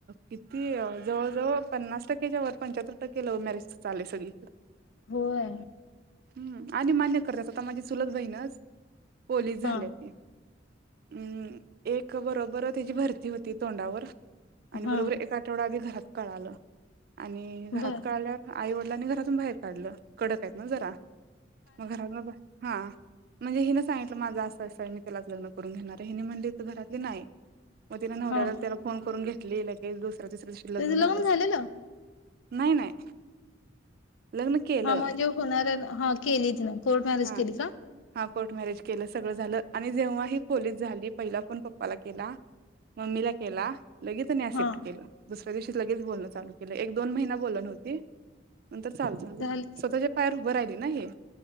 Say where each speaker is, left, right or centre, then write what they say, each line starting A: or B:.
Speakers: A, on the right; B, on the left.
A: किती जवळ जवळ पन्नास टक्क्याच्या व पंच्याहत्तर टक्के लव्ह मॅरेज चालेल सगळी
B: होय
A: हम्म आणि मान्य कर्यच आता माझी चुलत बहीणच पोलीस झाले
B: हा
A: ते. हम्म एक बरोबर तीची भरती होती तोंडावर आणि
B: हा
A: बरोबर एक आठवडा आधी घरात कळालं. आणि घरात
B: बर
A: कळाल्यावर आई वडिलांनी घरातून बाहेर काढलं कडक आहेत ना जरा. मग घरात बाहेर हा म्हणजे हिन सांगितलं माझं असं अस मी त्यालाच लग्न करून घेणार आहे हिनी म्हणले त घरातली नाही. मग तिन नवऱ्याला
B: हा
A: त्याला फोन करून घे <unintelligible> तिसऱ्या दिवशी लग्न
B: त्याचं
A: झालंच.
B: झालेलं
A: नाही नाही. लग्न केलं
B: हा म्हणजे होणार आहे ना? हा केलीच नाही. कोर्ट मॅरेज
A: हा
B: केली का?
A: हा कोर्ट मॅरेज केलं सगळं झालं आणि जेव्हाही पोलीस झाली पहिला फोन पप्पाला केला मम्मीला केला. लगेच त्यानी एक्सेप्ट
B: हा
A: केलं. दुसऱ्या दिवशी लगेच बोलणं चालू केलं एक दोन महिना बोलली नव्हती. नंतर चालू झाला
B: झाली
A: स्वतःच्या पायावर उभं राहिली. नाही.